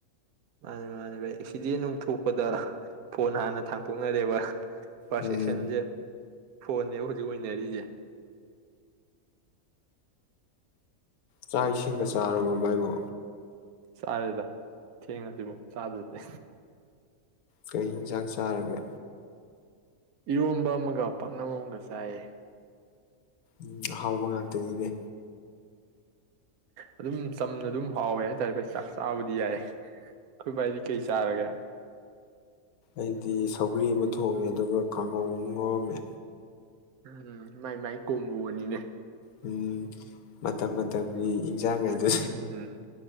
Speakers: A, on the right (about 80°); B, on the left (about 85°).
A: ꯃꯥꯅꯤ ꯃꯥꯅꯤ ꯚ ꯑꯦꯛꯁꯤꯗꯦꯟ ꯑꯃ ꯊꯣꯛꯄꯗ ꯐꯣꯟ ꯍꯥꯟꯅ ꯊꯥꯡꯇꯣꯛꯅꯔꯦꯕ ꯐꯥꯔꯁ
B: ꯎꯝ
A: ꯑꯦꯛꯁꯆꯦꯟꯖꯦ ꯐꯣꯟꯅꯦꯕ ꯍꯧꯖꯤꯛ ꯑꯣꯏꯅꯔꯤꯁꯦ
B: ꯆꯥꯛ ꯏꯁꯤꯡꯒ ꯆꯥꯔꯕꯣ ꯚꯏꯕꯣ
A: ꯁꯔꯦ ꯇ ꯊ ꯐꯧ ꯆꯗꯠꯇ
B: ꯀꯩ ꯌꯦꯟꯁꯥꯡ ꯆꯥꯔꯒꯦ
A: ꯏꯔꯣꯝꯕ ꯑꯃꯒ ꯄꯥꯛꯅꯝ ꯑꯃꯒ ꯆꯥꯏꯌꯦ
B: ꯎꯝ ꯑꯍꯥꯎꯕ ꯉꯥꯛꯇꯅꯤꯅꯦ
A: ꯑꯗꯨꯝ ꯆꯝꯅ ꯑꯗꯨꯝ ꯍꯥꯎꯋꯦ ꯍꯥꯏꯇꯥꯔꯦ ꯚ ꯆꯥꯛ ꯆꯥꯕꯗꯤ ꯌꯥꯏ ꯑꯩꯈꯣꯏ ꯚꯏꯗꯤ ꯀꯩ ꯆꯥꯔꯒꯦ
B: ꯑꯩꯗꯤ ꯁꯧꯒ꯭ꯔꯤ ꯑꯃ ꯊꯣꯡꯉꯦ ꯑꯗꯨꯒ ꯀꯥꯡꯉꯧ ꯑꯃ ꯉꯥꯎꯔꯝꯃꯦ
A: ꯎꯝ ꯃꯥꯏ ꯃꯥꯏ ꯀꯣꯝꯃꯨꯕꯅꯤꯅꯦ
B: ꯎꯝ ꯃꯇꯝ ꯃꯇꯝꯒꯤ ꯏꯟꯖꯥꯡꯈꯩꯗꯨ
A: ꯎꯝ